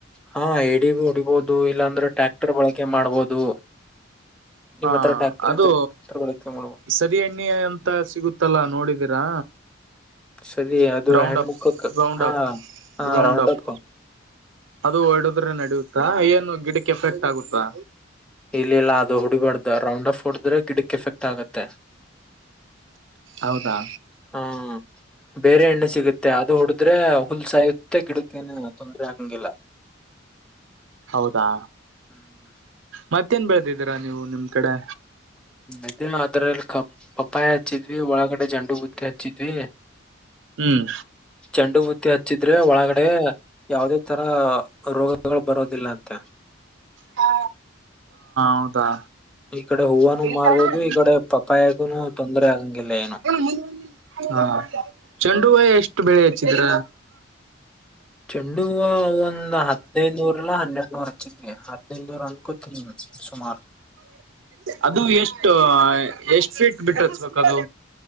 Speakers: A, in the centre; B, on the right.
A: ಹಾ ಎಡ ಹುಡಿಬೋುದು ಇಲ್ಲಾಂದ್ರೆ ಟ್ಯಾಕ್ಟರ್ ಬಳಕೆ ಮಾಡ್ಬೋದು ನಿಮ್
B: ಹಾ
A: ಹತ್ರ ಟ್ರ್ಯಾಕ್ಟರ್
B: ಅದು
A: ಇದ್ರೆ ಟ್ರ್ಯಾಕ್ಟರ್ ಬಳಕೆ ಮಾಡ್ಬೋದು
B: ಸರಿ ಎಣ್ಣೆ ಎಂತ ಸಿಗುತ್ತಲ್ಲ ಅ ನೋಡಿದೀರಾ
A: ಸರಿ ಅದು
B: ರಾಂಡ
A: ಹೆಣ್ಮಕ್ಳು
B: ಅಪ್
A: ಕ-
B: ರೌಂಡ
A: ಹಾ
B: ಅಪ್
A: ಹಾ
B: ರಾಂಡಪ್
A: ರೌಂಡ್ ಅಪ್
B: ಅದು ಹೊಡದ್ರೆ ನಡಿಯುತ್ತಾ ಏನು ಗಿಡಕ್ಕೆ ಎಫೆಕ್ಟ್ ಆಗುತ್ತಾ
A: ಇಲ್ಲಿಲ್ಲ ಅದು ಹುಡಿಬಾರ್ದು ರೌಂಡ್ ಅಪ್ ಹೊಡದ್ರೆ ಗಿಡಕ್ ಎಫೆಕ್ಟ್ ಆಗುತ್ತೆ
B: ಹೌದಾ
A: ಹಾ ಬೇರೆ ಎಣ್ಣೆ ಸಿಗುತ್ತೆ ಅದು ಹುಡದ್ರೆ ಹುಲ್ಸಾಯುತ್ತೆ ಮತ್ತೆ ಗಿಡಕ್ಕ ೇನು ತೊಂದ್ರರೆ ಆಗಂಗಿಲ್ಲ
B: ಹೌದಾ
A: ಹ್ಮ್
B: ಮತ್ತೇನ್ ಬೆಳದಿದ್ದೀರಾ ನೀವು ನಿಮ್ ಕಡೆ
A: ಇದೇ ಅದ್ರಲ್ಲಿ ಕ ಪಪ್ಪಾಯಿ ಹಚ್ಚಿದ್ವಿ ಒಳಗ ಜಂಡು ಬುುತ್ತ ಅಚ್ಚಿ ತ
B: ಹ್ಮ್
A: ಚಂಡು ಬುತ್ತಿ ಹಚ್ಚಿದ್ರೆ ಒಳಗಡೆ ಯಾವದೇ ತರ ರೋಗಗಳು ಬರೋದಿಲ್ಲ ಅಂತೆ
B: ಹಾ ಹೌದಾ
A: ಈ ಕಡೆ ಹೂವನು
B: ಎ
A: ಮಾರ್ಬೋದು
B: ಅ
A: ಈ ಕಡೆ ಪಪ್ಪಾಯಗೂನು ತೊಂದರೆ ಆಗಂಗಿಲ್ಲ ಏನು
B: ಮುಂದೆ ಹಾ ಚೆಂಡ ಹೈ ಎಷ್ಟು ಬೆಳೆ ಹಚ್ಚಿದ್ರ
A: ಚೆನ್ನ ಇುವ ಒಂದ್ ಹದ್ೈದುನೂರಲ್ಲಾ ಹನ್ನೆರಡ್ನೂರ ಹಚ್ಚಿದ್ವಿ ಹದ್ಿನೈದುನೂರ ಅಂದಕೂ ತಿನ್ ಸುಮಾರು
B: ಅದು ಎಷ್ಟ ಎಷ್ಟ್ ಫೀಟ್ ಬಿಟ್ಟತ್ ಬದು